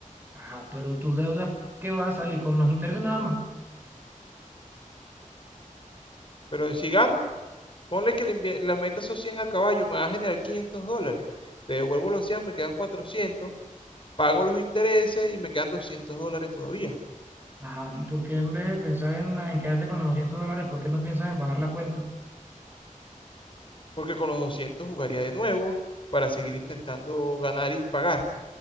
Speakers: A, on the right; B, on the left.
A: Ajá, pero tus deudas, ¿qué vas a salir? Con los intereses nada más.
B: Pero si gano, Ponle que le, invie- le metas esos 100 al caballo, me va a generar 500 dólares. Te devuelvo los 100, me quedan 400, pago los intereses y me quedan 200 dólares todavía.
A: Ajá, ¿y por qué en vez de pensar en, en quedarte con los 200 dólares, por qué no piensas en bajar la cuenta?
B: Porque con los 200 jugaría de nuevo para seguir intentando ganar y pagar.